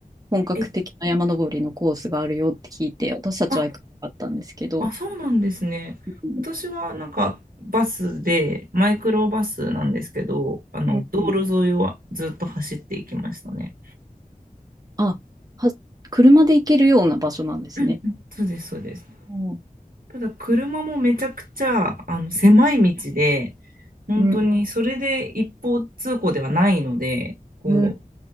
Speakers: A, on the right; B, on the right.
A: 本格的な山登りのコースがあるよって聞いて、
B: ーえ、
A: 私たちは行かなかったんですけど、
B: あ、あ、そうなんですね。
A: うん
B: 私はなんかバスで、マイクロバスなんですけど、あの道路沿いをずっと走っていきましたね。
A: うんうんあ、は、車で行けるような場所なんですね。
B: うんうんそうです、そうです。
A: うん
B: ただ車もめちゃくちゃあの狭い道で、本当にそれで一方通行ではないので、
A: うん
B: こ
A: うん